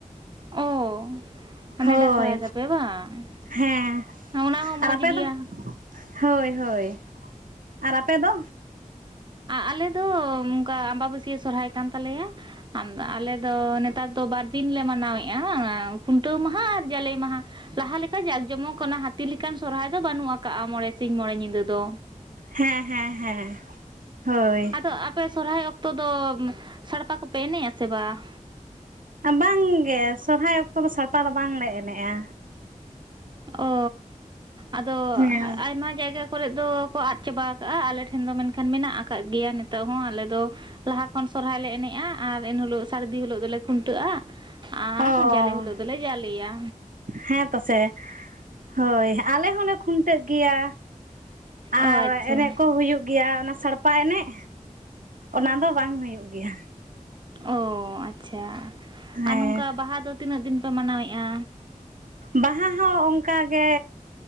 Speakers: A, on the right; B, on the right.
A: ᱚ ᱱᱮᱰᱟ
B: ᱦᱳᱭ
A: ᱥᱚᱨᱦᱟᱭ ᱛᱟᱯᱮ ᱵᱟᱝ
B: ᱦᱮᱸ
A: ᱚᱱᱟ ᱦᱚᱸ
B: ᱟᱨ
A: ᱢᱚᱡᱽ
B: ᱟᱯᱮ
A: ᱜᱮᱭᱟ
B: ᱫᱚ᱾ ᱦᱳᱭ ᱦᱳᱭ ᱟᱨ ᱟᱯᱮ ᱫᱚ᱾
A: ᱟᱞᱮ ᱫᱚ ᱚᱱᱠᱟ ᱟᱢᱵᱟᱵᱟᱹᱥᱭᱟᱹ ᱥᱚᱨᱦᱟᱭ ᱠᱟᱱ ᱛᱟᱞᱮᱭᱟ᱾ ᱟᱢ ᱟᱞᱮ ᱫᱚ ᱱᱮᱛᱟᱨ ᱫᱚ ᱵᱟᱨᱫᱤᱱ ᱞᱮ ᱢᱟᱱᱟᱣᱮᱫᱼᱟ ᱠᱷᱩᱱᱴᱟᱹᱣ ᱢᱟᱦᱟ ᱟᱨ ᱡᱟᱞᱮ ᱢᱟᱦᱟ᱾ ᱞᱟᱦᱟ ᱞᱮᱠᱟ ᱡᱟᱸᱠ ᱡᱚᱢᱚᱠ ᱚᱱᱟ ᱦᱟᱹᱛᱤ ᱞᱮᱠᱟᱱ ᱥᱚᱨᱦᱟᱭ ᱫᱚ ᱵᱟᱹᱱᱩᱜ ᱟᱠᱟᱜᱼᱟ ᱢᱚᱬᱮ ᱥᱤᱧ ᱢᱚᱬᱮ ᱧᱤᱫᱟᱹ ᱫᱚ᱾
B: ᱦᱮᱸ ᱦᱮᱸ ᱦᱮᱸ ᱦᱳᱭ᱾
A: ᱟᱫᱚ ᱟᱯᱮ ᱥᱚᱨᱦᱟᱭ ᱚᱠᱛᱚ ᱫᱚ ᱥᱟᱲᱯᱟ ᱠᱚᱯᱮ ᱮᱱᱮᱡ ᱟ ᱥᱮ ᱵᱟᱝ᱾
B: ᱵᱟᱝᱜᱮ ᱥᱚᱨᱦᱟᱭ ᱚᱠᱛᱚ ᱫᱚ ᱥᱟᱲᱯᱟ ᱫᱚ ᱵᱟᱝᱞᱮ ᱮᱱᱮᱡᱼᱟ᱾
A: ᱚ ᱟᱫᱚ
B: ᱦᱮᱸ
A: ᱟᱭᱢᱟ ᱡᱟᱭᱜᱟ᱾ ᱠᱚᱨᱮ ᱫᱚᱠᱚ ᱟᱫ ᱪᱟᱵᱟ ᱟᱠᱟᱜᱼᱟ ᱟᱞᱮ ᱴᱷᱮᱱ ᱫᱚ ᱢᱮᱱᱠᱷᱟᱱ ᱢᱮᱱᱟᱜ ᱟᱠᱟᱫ ᱜᱮᱭᱟ ᱱᱤᱛᱚᱜ ᱦᱚᱸ ᱟᱞᱮ ᱫᱚ᱾ ᱞᱟᱦᱟ ᱠᱷᱚᱱ ᱥᱚᱨᱦᱟᱭ ᱞᱮ ᱮᱱᱮᱡᱼᱟ ᱟᱨ ᱮᱱᱦᱤᱞᱳᱜ ᱥᱟᱨᱫᱤ ᱦᱤᱞᱳᱜ ᱫᱚᱞᱮ ᱠᱷᱩᱱᱴᱟᱹᱜᱼᱟ᱾ ᱟᱨ
B: ᱚ
A: ᱡᱟᱞᱮ ᱦᱤᱞᱳᱜ ᱫᱚᱞᱮ ᱡᱟᱞᱮᱭᱟ᱾
B: ᱦᱮᱸ ᱛᱚᱥᱮ ᱦᱳᱭ ᱟᱞᱮ ᱦᱚᱸᱞᱮ ᱠᱷᱩᱱᱴᱟᱹᱜ ᱜᱮᱭᱟ᱾
A: ᱚ
B: ᱟᱨ
A: ᱟᱪᱪᱷᱟ
B: ᱮᱱᱮᱡ ᱠᱚ ᱦᱩᱭᱩᱜ ᱜᱮᱭᱟ ᱚᱱᱟ ᱥᱟᱲᱯᱟ᱾ <inaudible> ᱮᱱᱮᱡ ᱚᱱᱟ ᱫᱚ ᱵᱟᱝ ᱦᱩᱭᱩᱜ ᱜᱮᱭᱟ᱾
A: ᱚ ᱟᱪᱪᱷᱟ
B: ᱦᱮᱸ
A: ᱟᱨ ᱱᱚᱝᱠᱟ ᱵᱟᱦᱟ ᱫᱚ ᱛᱤᱱᱟᱹᱜ ᱫᱤᱱ ᱯᱮ ᱢᱟᱱᱟᱣᱮᱜᱼᱟ᱾
B: ᱵᱟᱦᱟ ᱦᱚᱸ ᱚᱱᱠᱟᱜᱮ